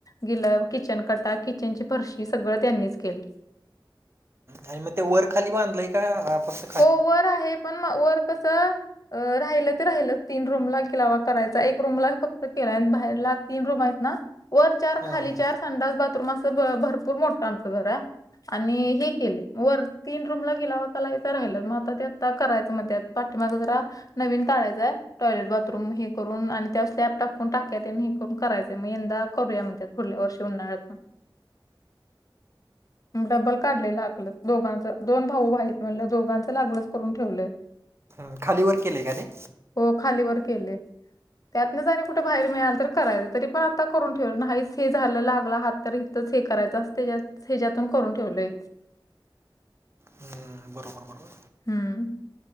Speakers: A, on the left; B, on the right.
A: गिलाव, किचन कटा, किचन ची फरशी सगळं त्यांनीच केलं.
B: आणि मग ते वर खाली बांधलंय का फक्त
A: हो वर आहे पण म वर कसं अ राहिलं ते राहिल तीन रूमला गिलावा करायचा एक रूमला फक्त केलाय बाहेरला तीन रूम आहेत ना वर चार,
B: हा
A: खाली
B: हा
A: चार, संडास, बाथरूम असं ब भर पूर मोठं आमचं घर आहे आणि हे केले वर तीन रूमला गिलावा काल चा राहिला मग आता ते आता करायचं मग त्यात पाठीमागं जरा नवीन काढयचंय टॉयलेट बाथरूम हे करून आणि त्यावर स्लॅब टाकून टाक्या तेन आणि हे करून करायचं मग यंदा करूया म्हणत्यात पुुढल्या वर्षी उन्हाळ्यात ना. डब्बल काढले लागलं दोघांचं दोन भाऊ आहे म्हणलं दोघांचं लागलच करून ठेवलंय.
B: म खाली वर केले आहे का ते?
A: हो खालीवर केलेय. त्यातनच आणि कुठे बाहेर मिळाल तर करायचं तरी पण आता करून ठेव नाहीच हे झालं लागलं हात तरी च हे करायचं असते ज्यात हेज्यातून करून ठेवलंय.
B: हम्म, बरोबर बरोबर
A: हम्म.